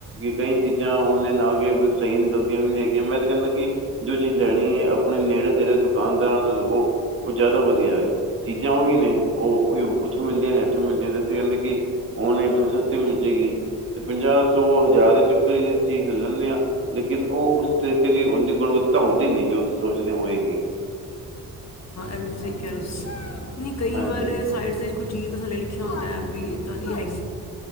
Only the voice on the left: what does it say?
ਕਹਿ ਨਹੀਂ ਕਈ
ਵਾਰ ਸਾਈਡ ਕੁਛ ਚੀਜ਼ ਤਾਂ ਥੇ ਲਿਖਿਆ ਹੁੰਦਾ ਹੈ ਵੀ ਇੱਦਾਂ ਦੀ ਹੈਗੀ